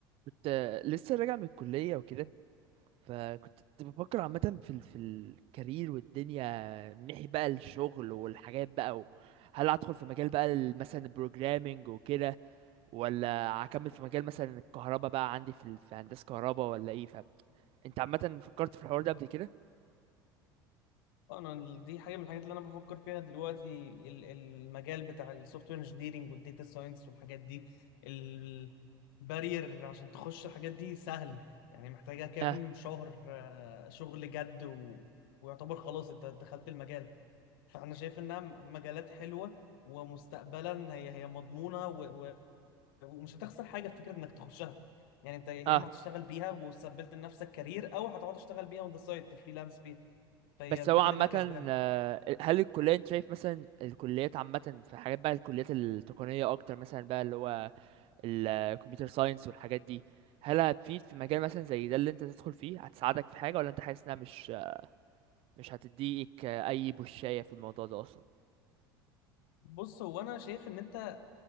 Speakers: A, on the right; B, on the left.
A: كنت لسه راجع من الكلية وكده فكنت بفكر عامة في ال... في الكارير والدنيا من ناحية بقى الشغل والحاجات بقى و... هل هدخل في مجال بقى ال- مثلا البروجرامينج وكده ولا هكمل في مجال مثلا الكهرباء بقى عندي في ال... في هندسة كهرباء ولا ايه فاهم انت عامة فكرت في الحوار ده قبل كده؟
B: آه، انا ال- دي حاجه من الحاجات اللي انا بفكر فيها دلوقتي ال- المجال بتاع السوفت وير انجينيرنج والداتا ساينس والحاجات دي البارير عشان تخش الحاجات دي سهل يعني محتاجه كام
A: اه
B: شهر آه، شغل جد و... ويعتبر خلاص انت دخلت المجال فانا شايف انها م- مجالات حلوه ومستقبلا هي هي مضمونه و... و... ومش هتخسر حاجه في فكره انك تخشها يعني انت يا
A: اه
B: اما هتشتغل بيها وثبت لنفسك كارير او هتقعد تشتغل بيها اون ذا سايد تفريلانس بيها فهي
A: بس
B: انت
A: هو
B: كده
A: عامة
B: كده كسبان
A: آه، هل الكلية انت شايف مثلا الكليات عامة في حاجات بقى الكليات التقنية أكتر مثلا بقى اللي هو الكمبيوتر ساينس والحاجات دي هل هتفيد في مجال مثلا زي ده اللي انت تدخل فيه هتساعدك في حاجة ولا انت حاسس انها مش مش هتديك اي بوشاية في الموضوع ده اصلا
B: بص هو انا شايف ان انت